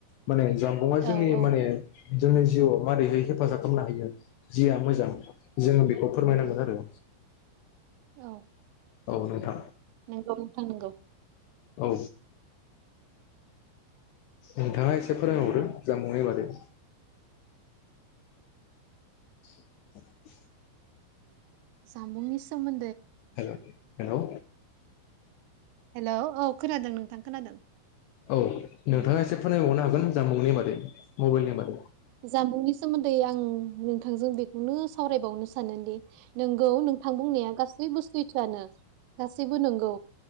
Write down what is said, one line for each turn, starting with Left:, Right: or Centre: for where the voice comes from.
Left: माने जामबुंआ जोंनि
Right: औ औ
Left: माने जोंनि जिउआव माबोरै हेफाजाब खालामनो हायो जिया मोजां जोङो बेखौ फोरमायनांगोन आरो
Right: औ
Left: औ नोंथां।
Right: नोंगौ नोंथां नोंगौ।
Left: औ नोंथाङा एसे फोरमायहरो
Right: ओ
Left: जामबुंनि बागै <unintelligible>
Right: जामबुंनि सोमो
Left: हेलौ हेलौ
Right: हेलौ औ खोनादों नोंथां खोनादों।
Left: औ
Right: ओ,
Left: नोंथाङा एसे फोरमायबावनो हागोन जानबुंनि बागै। मबाइल एबा
Right: जामबुंनि सोमो न्दै आं नोंथांजों बेखौनो सावरायबावनो सानोदि नोंगौ नोंथां बुंनाया गासैबो सैथोआनो। गासैबो नोंगौ